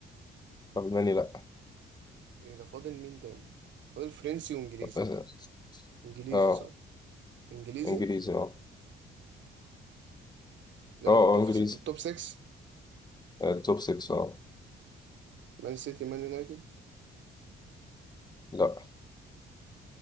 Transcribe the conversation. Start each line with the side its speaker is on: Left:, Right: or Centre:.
Left: ألماني لا
Right: إيه ده فاضل مين تاني فاضل فرنسي وإنجليزي
Left: اه
Right: إنجليزي
Left: آه،
Right: صح إنجليزي
Left: إنجليزي اه
Right: بيلعب
Left: اه آه،
Right: في التوب
Left: إنجليزي
Right: س- التوب 6
Left: آه توب 6 اه
Right: مان سيتي مان يونايتد
Left: لا